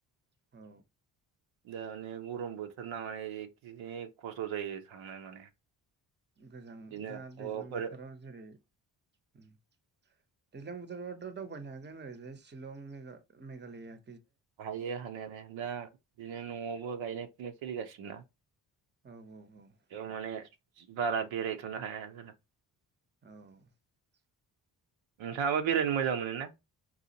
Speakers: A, on the right (about 25°); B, on the right (about 80°).
A: औ
B: दा माने गरम बोथोर ना माने जिखि खस्थ' जायो थांनो माने
A: गोजां
B: बिदिनो
A: दा दैज्लां
B: माबाफोर
A: बोथोराव जेरै दैज्लां बोथोराव दा दावबायनो हागोन ओरै शिलं मे मेघालया
B: हायो हानायालाय दा बिदिनो न'आवबो गायनाय फुनाय सोलिगासिनोना
A: औ औ औ
B: बेयाव माने बारा बेरायथ'नो हाया जादों
A: औ
B: नोंथाङाबा बेरायनो मोजां मोनो ना